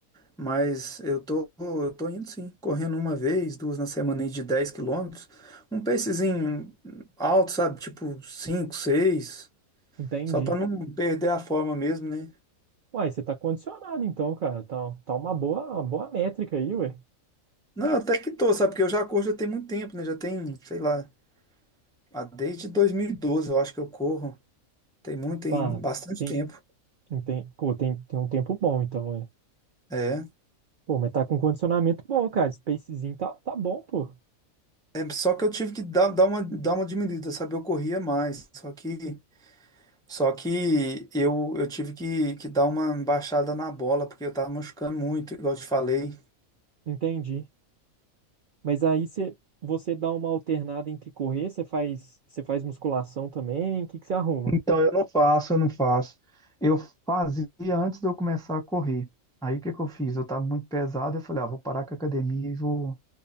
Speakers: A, in the centre; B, on the right (about 65°).
A: mas eu tô, eu tô indo sim, correndo uma vez, duas na semana aí de 10 quilômetros. Um pacezinho alto, sabe? Tipo 5, 6,
B: Entendi.
A: só pra não perder a forma mesmo, né?
B: Uai, você tá condicionado então, cara. Tá, tá uma boa, uma boa métrica aí, ué.
A: Não, até que tô, sabe? Porque eu já corro já tem muito tempo, né? Já tem, sei lá, ah, desde 2012, eu acho que eu corro. Tem muito, tem
B: Pá,
A: bastante
B: tem,
A: tempo.
B: tem, pô, tem, tem um tempo bom então, ué.
A: É.
B: Pô, mas tá com condicionamento bom, cara. Spacezinho tá, tá bom, pô.
A: É, só que eu tive que dar, dar uma, dar uma diminuída, sabe? Eu corria mais, só que, só que eu, eu tive que, que dar uma baixada na bola, porque eu tava machucando muito, igual eu te falei.
B: Entendi. Mas aí você, você dá uma alternada entre correr, você faz, você faz musculação também. O que que você arruma?
A: Então eu não faço, eu não faço. Eu fazia antes de eu começar a correr. Aí o que que eu fiz? Eu tava muito pesado, eu falei, ah, vou parar com a academia e vou.